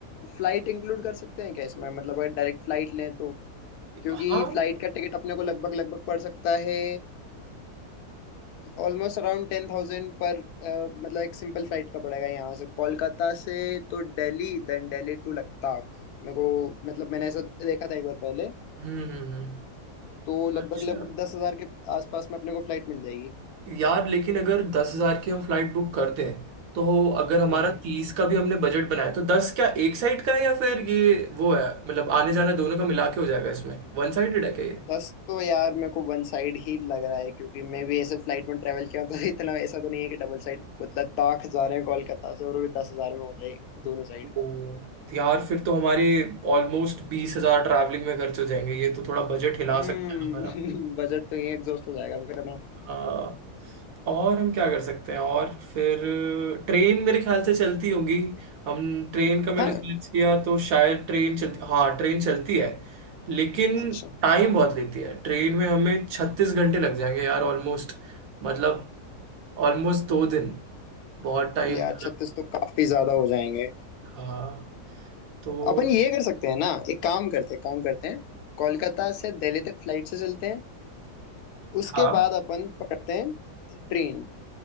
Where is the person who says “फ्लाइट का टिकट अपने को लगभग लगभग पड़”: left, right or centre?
Left